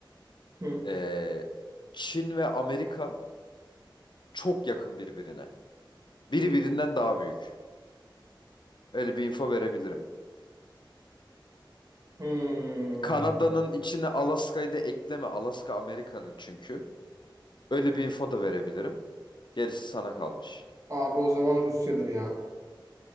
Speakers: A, on the right; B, on the left.
A: Hı.
B: Eee, Çin ve Amerika çok yakın birbirine. Biri birinden daha büyük. Öyle bir info verebilirim.
A: Hmm.
B: Kanada'nın içine Alaska'yı da ekleme. Alaska Amerika'nın çünkü. Öyle bir info da verebilirim. Gerisi sana kalmış.
A: Abi o zaman Rusya'dır ya.